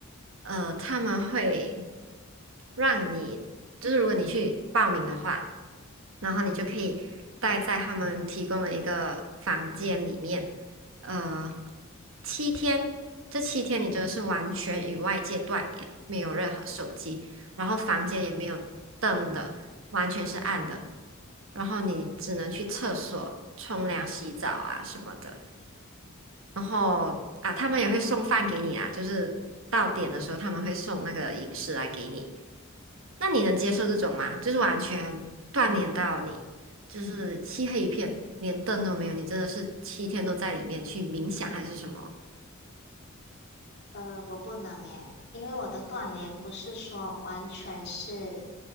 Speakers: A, on the right; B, on the left.
A: 呃，他们会让你，就是如果你去报名的话，然后你就可以待在他们提供的一个房间里面，呃，七天，这七天你真的是完全与外界断联，没有任何手机。然后房间也没有灯的，完全是暗的，然后你只能去厕所冲凉、洗澡啊什么的。然后啊，他们也会送饭给你啊，就是到点的时候他们会送那个饮食来给你。那你能接受这种吗？就是完全断联到你，就是漆黑一片，连灯都没有，你真的是七天都在里面去冥想还是什么？
B: 呃，我不能耶，因为我的断联不是说完全是。